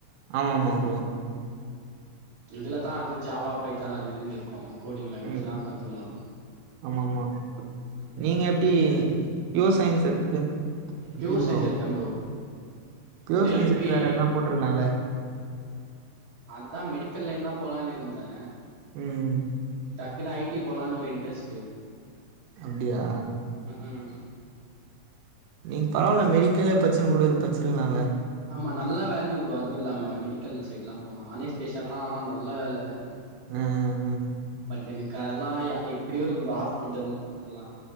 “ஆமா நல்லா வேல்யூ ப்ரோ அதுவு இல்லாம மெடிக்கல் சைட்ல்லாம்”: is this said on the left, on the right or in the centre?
Right